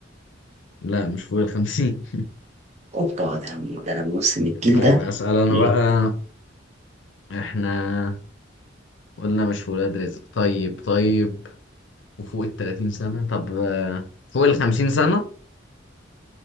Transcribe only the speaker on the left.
لا مش فوق الخمسين
<laughs> طيب
اسال انا
بقى احنا قلنا مش في ولاد رزق طيب طيب وفوق التلاتين سنه طب آه فوق الخمسين سنه